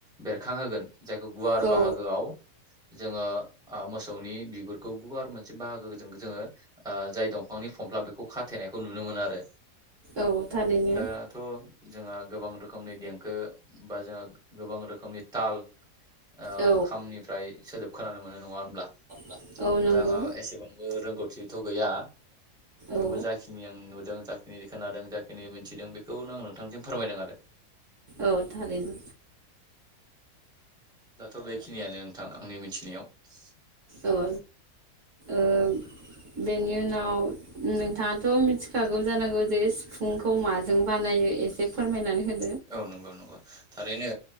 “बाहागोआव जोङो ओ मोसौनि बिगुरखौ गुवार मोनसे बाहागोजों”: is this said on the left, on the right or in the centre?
Centre